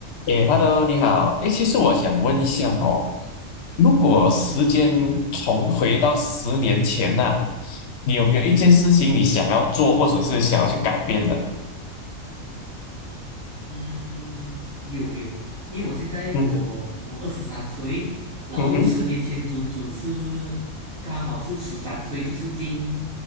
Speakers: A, on the left (about 65°); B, on the right (about 70°).
A: 诶，Hello，你好。诶，其实我想问一下哦，
B: 啊，
A: 如果时间重回到十年前呐、
B: 嗯
A: 你有没有一件事情你想要做，或者是想要去改变的？
B: 嗯，有有，因为我现在我我二十三岁，
A: 嗯
B: 然后十年前准准是刚好是十三岁，
A: 嗯哼
B: 就是进